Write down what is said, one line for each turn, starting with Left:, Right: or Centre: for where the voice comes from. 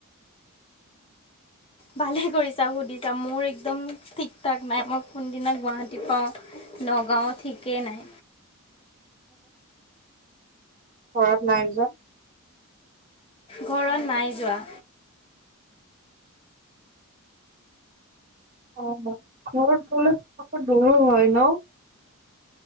Left: ভালে কৰিছা সুধিছা? মোৰ একদম ঠিক ঠাক নাই, মই কোনদিনা গুৱাহাটী পাওঁ। নগাঁৱত ঠিকেই নাই।
Right: ঘৰত নাই যোৱা?
Left: ঘৰত নাই যোৱা।
Right: অ', ঘৰত গ'লে <unintelligible> আকৌ দুৰো হয় ন'?